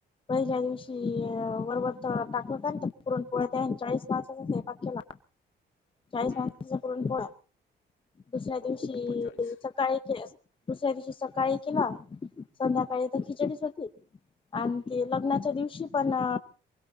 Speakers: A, on the left; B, on the left.
A: पहिल्या दिवशी वरबत टाकलं का पुरण पुळ्या त्या चाळीस पासाचा सहभाग केला चाळीस
B: हम्म
A: मासाांचा पुरण पोळा्या दुसऱ्या
B: बापा
A: दिवशी
B: बापा चाळीस
A: सकाळी के दुसऱ्या दिवशी सकाळी केला. संध्याकाळी तर खिचडीच होती आणि तेी लग्नाच्या दिवशी पण अ